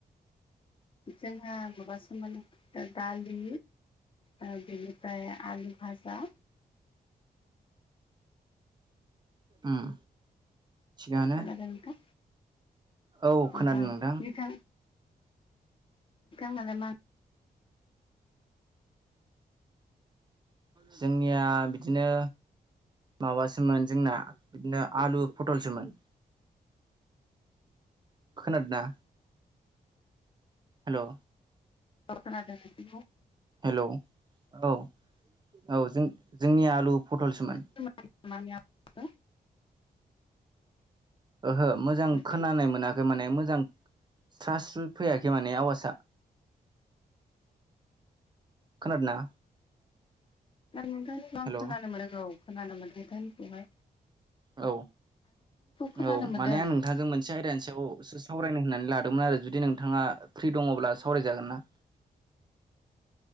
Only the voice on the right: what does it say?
उम। थिगानो
औ
खोनादों नोंथां
जोंनिया बिदिनो माबासोमोन जोंना इदिनो आलु फटलसोमोन। खोनादोना? हेलौ।
हेलौ औ औ जों जोंनिया आलु फटलसोमोन।
ओहो मोजां
खोनानाय मोनाखै माने मोजां थ्रास्रु फैयाखै माने आवाजआ। खोनादोना?
हेल'
औ
औ
माने आं नोंथांजों मोनसे एसे आयदानिसेयावसो सावरायनो होननानै लादोंमोन आरो जुदि नोंथाङा फ्रि दङब्ला सावरायजागोन ना?